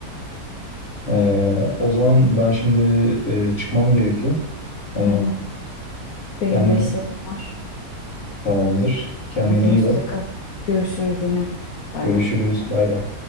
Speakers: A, on the left; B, on the left.
A: Ee, o zaman ben şimdi e, çıkmam gerekiyor. Ee,
B: Tamam. Benim
A: kendin
B: de işlerim var.
A: tamamdır. Kendine
B: Hadi hoşça
A: iyi bak.
B: kal. Görüşürüz yine. Bay
A: Görüşürüz.
B: bay.
A: Bay bay.